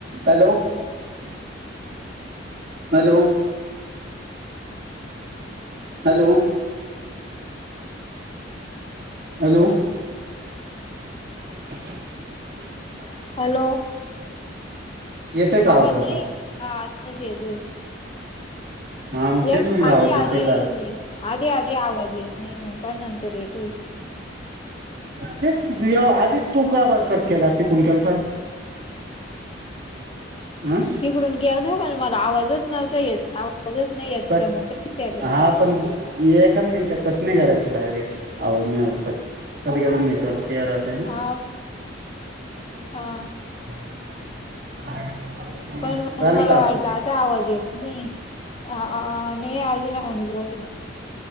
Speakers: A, on the right; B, on the left.
A: Hello hello hello hello <unintelligible>
B: hello
A: येतोय का
B: अहो
A: आवाज आता
B: नाही हा आताशी येतोय
A: हा मग तेच
B: एक
A: म्हणलं
B: आजी
A: आवाज येतोय
B: आजी
A: का
B: आधी आधी आवाज येत नाही मग पण नंतर येतोय
A: तेच <unintelligible> आधी तू का बर कट केला तिकून केलतात हम
B: तिकडून गेलता पण मला आवाजच नव्हता येत आवाजच नाही येत
A: कट
B: मग का काय
A: हा
B: बरं
A: पण एकाच मिनिट कट नाही करायचं डायरेक्ट आवाज नाही आल तर कधी कधी नेटवर्क <unintelligible> राते
B: <unintelligible> हा
A: <unintelligible>
B: पण मग
A: झाली
B: मला
A: का आवनी?
B: वाटलं आता आवाज येत नाही अ अ नई अजून <unintelligible> ली